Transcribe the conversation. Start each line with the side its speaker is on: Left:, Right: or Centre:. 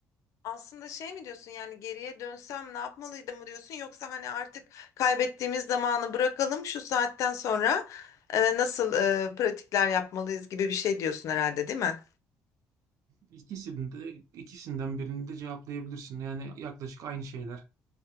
Left: Aslında şey mi diyorsun yani geriye dönsem ne yapmalıydım mı diyorsun yoksa hani artık kaybettiğimiz zamanı bırakalım şu saatten sonra e, nasıl e, pratikler yapmalıyız gibi bir şey diyorsun herhalde değil mi?
Right: İkisinde, ikisinden birini de cevaplayabilirsin. Yani yaklaşık aynı şeyler.